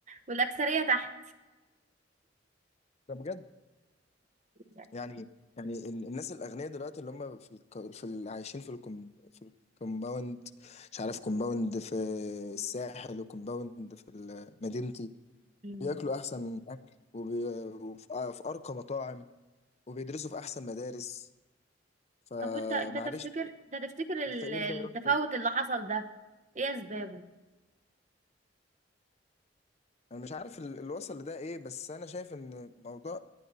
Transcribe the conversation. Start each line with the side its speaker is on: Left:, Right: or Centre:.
Right: والأكثرية تحت
Left: ده بجد
Right: يعني.
Left: يعني يعني ال- الناس الاغنياء دلوقتي اللي هم في الك... في ال... عايشين في الكم... في الكومباوند مش عارف كومباوند في الساحل وكومباوند في ال- مدينتي
Right: مم.
Left: بياكلوا احسن اكل وبي... وفي آه، في ارقى مطاعم وبيدرسوا في احسن مدارس فمعلش
Right: طب وانت انت تفتكر انت تفتكر ال-
Left: الفقير
Right: التفاوت
Left: ده يروح فين
Right: اللي حصل ده ايه اسبابه
Left: انا مش عارف ال- اللي وصل لده ايه بس انا شايف ان الموضوع